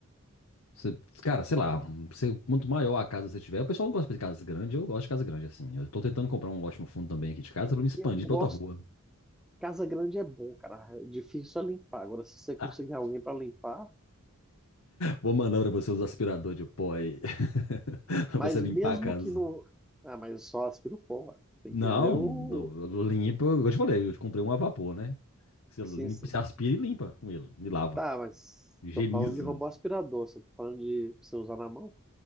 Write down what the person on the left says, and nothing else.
Você- cara,
sei lá, você, quanto maior a casa você tiver, o pessoal não gosta de casa grande, eu gosto de casa grande, assim. Eu tô tentando comprar um lote no fundo também aqui de casa pra me expandir
pra outra rua.
Ah,
Vou mandar pra você os aspiradores de pó aí. <laughs> Pra
você limpar
a casa.
Não,
não, limpa. Eu te falei, eu te comprei um a vapor, né? Você
limpa,
você aspira e limpa com ele. E lava.
Higieniza.